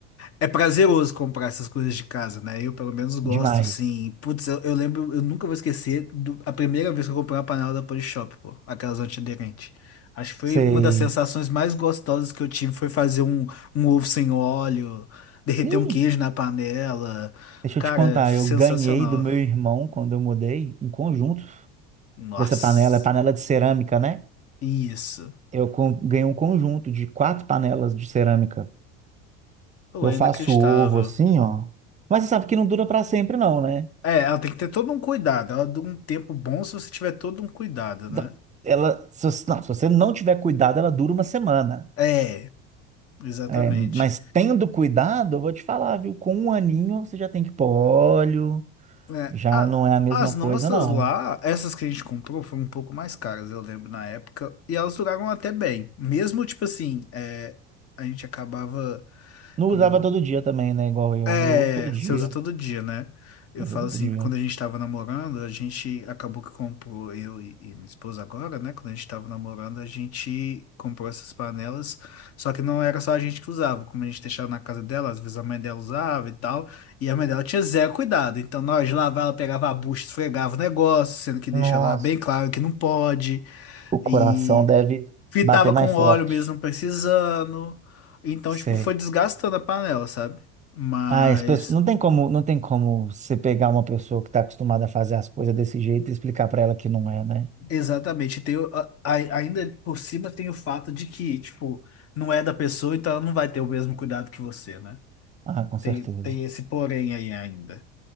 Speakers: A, on the left; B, on the right.
A: é prazeroso comprar essas coisas de casa, né? Eu, pelo menos, gosto,
B: Demais.
A: assim. Putz, eu, eu lembro, eu nunca vou esquecer do- a primeira vez que eu comprei uma panela da Polishop, pô, aquelas antiaderentes. Acho que foi
B: Sei.
A: uma das sensações mais gostosas que eu tive foi fazer um um ovo sem óleo, derreter
B: Ih,
A: um queijo na panela.
B: deixa
A: Cara,
B: eu te contar,
A: sensacional.
B: eu ganhei do meu irmão quando eu mudei um conjunto
A: Nossa,
B: dessa panela, é panela de cerâmica, né?
A: isso.
B: Eu com- ganhei um conjunto de quatro panelas de cerâmica.
A: Pô,
B: Eu
A: é
B: faço
A: inacreditável.
B: ovo assim, ó. Mas você sabe que não dura para sempre, não, né?
A: É, ela tem que ter todo um cuidado. Ela dura um tempo bom se você tiver todo um cuidado,
B: Da-
A: né?
B: Ela, se você, não, se você não tiver cuidado, ela dura uma semana.
A: É, exatamente.
B: É, mas tendo cuidado, eu vou te falar, viu? Com um aninho você já tem que pôr óleo,
A: É,
B: já
A: a-
B: não é a mesma
A: as nossas
B: coisa, não.
A: lá, essas que a gente comprou, foram um pouco mais caras, eu lembro, na época. E elas duraram até bem. Mesmo, tipo assim, é, a gente acabava.
B: Não
A: quando
B: usava todo dia também, né? Igual eu.
A: É,
B: Eu uso todo dia.
A: você usa todo dia, né? Eu
B: Uso
A: falo
B: todo
A: assim,
B: dia.
A: que quando a gente tava namorando, a gente acabou que comprou, eu e, e minha esposa agora, né? Quando a gente tava namorando, a gente comprou essas panelas, só que não era só a gente que usava, como a gente deixava na casa dela, às vezes a mãe dela usava e tal, e a mãe dela tinha zero cuidado, então nós lavava, ela pegava a bucha, esfregava o negócio, sendo que deixa
B: Nossa,
A: lá bem claro que não pode,
B: o
A: e
B: coração deve
A: fritava
B: bater mais
A: com óleo
B: forte.
A: mesmo não precisando, então,
B: Sei.
A: tipo, foi desgastando a panela, sabe? Mas
B: Ah, as pessoas, não tem como, não tem como você pegar uma pessoa que está acostumada a fazer as coisas desse jeito e explicar para ela que não é, né?
A: Exatamente. Tem, o- a- a- ainda por cima tem o fato de que, tipo, não é da pessoa, então ela não vai ter o mesmo cuidado que você, né?
B: Ah, com
A: Tem,
B: certeza.
A: tem esse porém aí ainda.